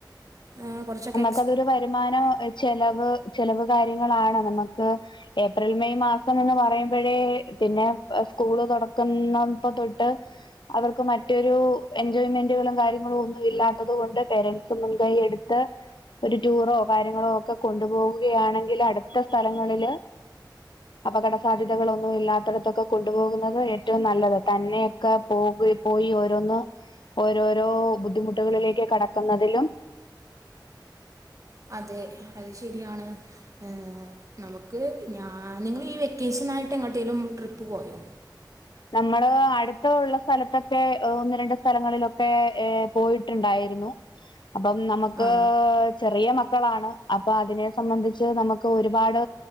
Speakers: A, on the right; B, on the left.
A: ആഹ് കൊറച്ചൊക്കെ
B: ക്കതൊരു വരുമാനം ചെലവ് ചെല് ലവ് കാര്യങ്ങളാണ് നമക്ക് ഏപ്രിൽ മെയ് മാസം എന്ന് പറയുമ്പഴേ പിന്നെ പ സ്കൂള് തുടക്കുന്നപ്പ തൊട്ട് അവർക്ക് മറ്റൊരു എൻജോയ്മെന്റുകളും കാര്യങ്ങളും ഒന്നും ഇല്ലാത്തത് കൊണ്ട് പേരൻസ് മുൻകൈ എടുത് ത്ത് ഒരു ടൂറോ കാര്യങ്ങളോ ഒക്കെ കൊണ്ടുപോവുകയാണെങ്കില് അടുത്ത സ്ഥലങ്ങളില് അപകട സാധ്യതകളൊന്നും ഇല്ലാത്തടത്തൊക്കെ കൊണ്ടുപോകുന്നത് ഏറ്റവും നല്ലത് തന്നെയൊക്കെ പോകു പോയി ഓരോന്ന് ഓരോരോ ബുദ്ധിമുട്ടുകളിലേക്ക് കടക്കുന്നതിലും
A: അതെ അത് ശരിയാണ് ഏഹ് നമുക്ക് ഞാന് നിങ്ങള് ഈ വെക്കേഷനായിട്ട് എങ്ങോട്ടേലും ട്രിപ്പ് പോയോ?
B: നമ്മള് അടുത്ത് ഉള്ള സ്ഥലത്തൊക്കെ ഒന്ന് രണ്ട് സ്ഥലങ്ങളിലൊക്കെ ഏഹ് പോയിട്ടുണ്ടായിരുന്നു അപ്പം നമുക്ക്
A: ആ
B: ചെറിയ മ ക്കളാണ് അപ്പ അതിനെ സംബന്ധിച്ച് നമുക്ക് ഒരുപാട്